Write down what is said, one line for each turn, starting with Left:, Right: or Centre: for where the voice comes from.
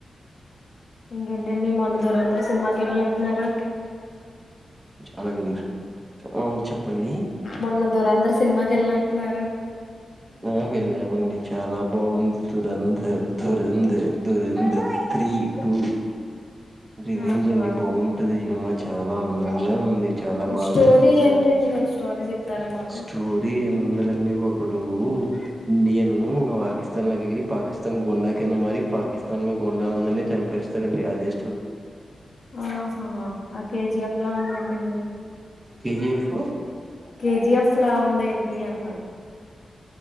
Left: ఇంకేంటం మొన్న దూరం అందరుూ సినిమాకి వెళ్ళినట్టున్నారు
Right: అలాగే ఆ చెప్పండి
Left: మొన్న దూరం అందరుూ సినిమా కి వెళ్ళినట్టున్నారు
Right: ఆ వెళ్ళామండి చాలా బాగుంది దురంధర్ దురంధర్ దురంత త్రీ టూ రివేంజ్
Left: ఆహా
Right: అండి బాగుంటది తిరుమ చాలా అందంగా ఉంది చాలా బాగా
Left: స్టోరీ
Right: తీసారు
Left: ఏంటండి కొంచెం స్టోరీ చెప్తారా మాకు
Right: స్టోరి ముందుదన్ని ఇప్పుడు ఇండియాను పాకిస్తాన్ లోకిెళ్ళి పాకిస్తాన్ గోండా కింద మారి పాకిస్తాన్ లో గోంండందరిాంపి ేస్తారండి అది
Left: ఆహా ఆ కేజీఎఫ్ లా ఉందేంటండి
Right: కేజీఎఫ్
Left: కేజిఎఫ్ లా ఉంది ఏంటి అన్న